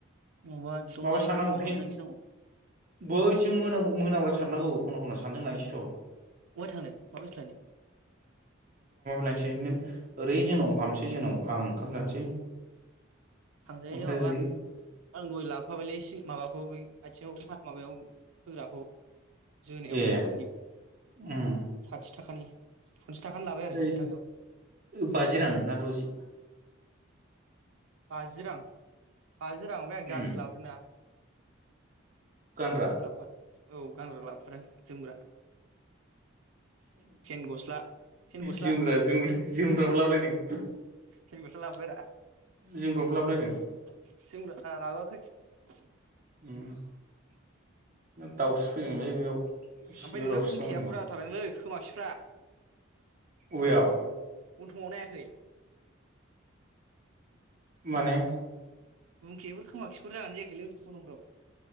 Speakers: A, on the right; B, on the right.
A: नङाबा एकदमबारे
B: माबा सारनांगौ
A: खोमायाव
B: फिन
A: हाबजानो गिनांगौ
B: बैथिं मोनाम मोनामग्रा सारनांगौ ख'ना ख'ना सानदों लायनोसैथ'
A: बहाय थांनो माबुसथु लायनो
B: नायसैनो ओरै जोंनाव हामसै जोंनाव आं ओंखाम जानोसै
A: थांजायो
B: ओमफ्राय
A: माबा
B: ओरै
A: आं दहाय लाब माबालै माबाखौ बै आथिङाव माबायाव होग्राखौ जोनायाव
B: ए
A: जोलुरनियाव
B: उम
A: साथिथाखानि फनसास थाखानि लाबाय आरो साथि
B: ओइ
A: थाखायाव
B: बाजि रां ना द'जि
A: बाजि रां बाजि रां ओमफ्राय आं
B: उम
A: जारसिलाबोदोंना
B: गानग्रा
A: जारसिखौ लाबोफा औ गानग्रा लाफादों जोमग्रा फेन गस्ला फेन गस्ला
B: जोमग्रा जोमग्रा जोमग्राबो लाबोलायदों
A: फेन गस्ला लाबोबाय रा
B: जोंमग्राबो लाबोलायदों
A: <unintelligible>
B: उम दाउस्रि फैदोंलोय बेयाव सिलायाव
A: ओमफ्राय नोंना
B: दाउस्रि
A: गुंखाया
B: दंमोनखोमा
A: बुरजा थाबायलै खोमाखिफ्रा
B: अबेयाव
A: गनथंङाव नायाखै
B: माने
A: गंखिफोर खोमाखिफोर जागोनना जायाखैलै गनथंफ्राव